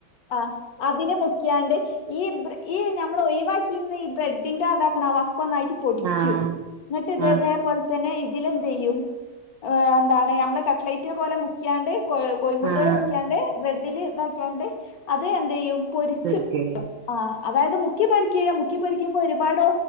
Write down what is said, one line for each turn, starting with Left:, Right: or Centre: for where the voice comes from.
Left: ആഹ് അതില് മുക്ക്യാണ്ട് ഈ ബ്ര് ഈ ഞമ്മളൊഴിവാക്കീന്ന ഈ ബ്രെഡിന്റെ അതാക്ക്ണ് ആ വക്കൊന്നായിട്ട് പൊടിക്കും.
Right: ആഹ്
Left: ഇന്നട്ട് ഇതെതേപോലെ
Right: ആഹ്
Left: തന്നെ ഇതിലെന്തെയ്യും, ഏഹ് എന്താണ് നമ്മള് കട്ടലൈറ്റിന് പോലെ മുക്ക്യാണ്ട് കോ കോഴിമുട്ടേല്
Right: ആഹ്
Left: മുക്ക്യാണ്ട് ബ്രെഡില് ഇതാക്ക്യാണ്ട് അത് എന്തെയ്യും പൊരിച്ച്
Right: ഓക്കെ
Left: ആഹ് അതായത് മുക്കി പൊരിക്ക്‌യൂല മുക്കി പൊരിക്ക്യുമ്പോ ഒരുപാട്